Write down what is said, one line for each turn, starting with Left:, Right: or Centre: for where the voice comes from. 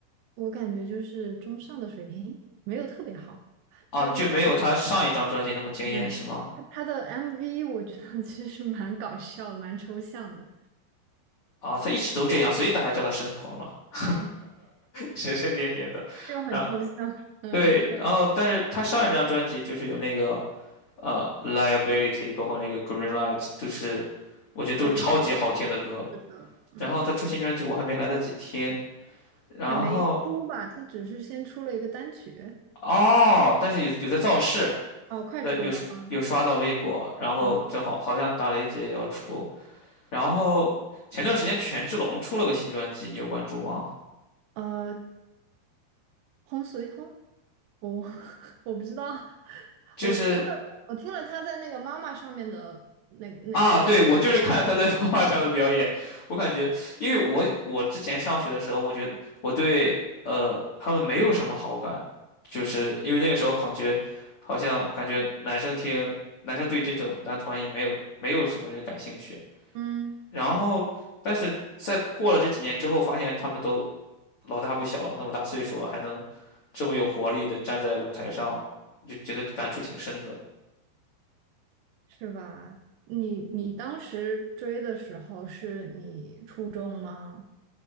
Right: 我感觉就是中上的水平，没有特别好。
Left: 啊，
Right: 她的那个
Left: 就没有她上一张专辑那么惊艳是吗？
Right: 嗯，她她的 MV 我觉得其实蛮搞笑的，蛮抽象的，
Left: 啊，她一直都这样，所以大家叫她神婆嘛，<laughs>
Right: 嗯，
Left: 神神颠颠的。
Right: 就很抽象，
Left: 然后
Right: 嗯。
Left: 对，
Right: 对。
Left: 然后但是她上一张专辑就是有那个。呃，Liability，包括那个 Green Light，都是我觉得都是超级好听的歌。
Right: 哦，好好听，是的，嗯，
Left: 然后他出新专辑，我还没来得及听。然后
Right: 还没出吧？它只是先出了一个单曲，
Left: 哦，但是有有在造势，
Right: 哦，快出了啊，
Left: 在有有刷到微博，然后正好好像打雷姐也要出。
Right: 嗯，
Left: 然后前段时间权志龙出了个新专辑，你有关注吗？
Right: 呃，轰随轰，我 <laughs> 我不知道，
Left: 就是
Right: 我听了，我听了他在那个妈妈上面的那个那表演，
Left: 啊，对，我就是看他在画画上的表演，我感觉，因为我我之前上学的时候，我觉得我对呃他们没有什么好感，就是因为那个时候感觉好像感觉男生听男生对这种男团也没有没有什么人感兴趣，
Right: 嗯，
Left: 然后但是在过了这几年之后，发现他们都老大不小了，那么大岁数了，还能这么有活力的站在舞台上，就觉得感触挺深的。
Right: 是吧？你你当时追的时候是你初中吗？